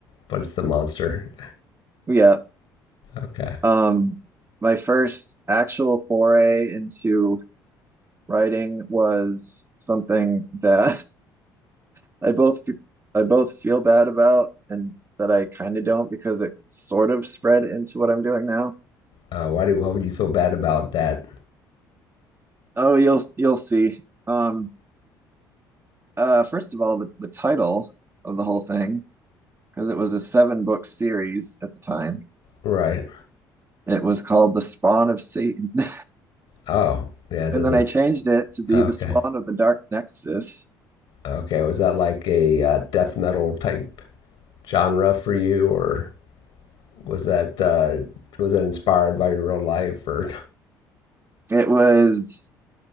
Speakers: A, on the left (about 60°); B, on the right (about 20°).
A: but it's the monster.
B: Yeah,
A: Okay.
B: Um, my first actual foray into writing was something that <laughs> I both I both feel bad about and that I kind of don't because it sort of spread into what I'm doing now.
A: Uh, why do why would you feel bad about that?
B: Oh, you'll you'll see. Um, uh, first of all, the, the title of the whole thing, because it was a seven book series at the time.
A: Right.
B: It was called The Spawn of Satan. <laughs>
A: Oh, yeah, it
B: And
A: doesn't.
B: then I changed it to be
A: Okay.
B: The Spawn of the Dark Nexus.
A: Okay. Was that like a uh, death metal type genre for you, or was that uh, was that inspired by your real life? Or
B: It was